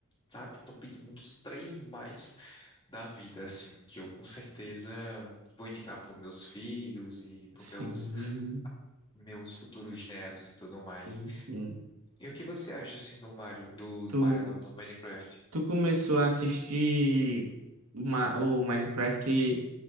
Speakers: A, on the left; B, on the right.
A: sabe? Top um dos três mais da vida, assim, que eu com certeza vou indicar para meus filhos e para
B: Sim,
A: meus meus futuros netos e tudo mais.
B: sim, sim.
A: E o que você acha, assim, do Mario, do, do
B: Tu,
A: Mario não, do Minecraft?
B: tu começou a assistir uma, o Minecraft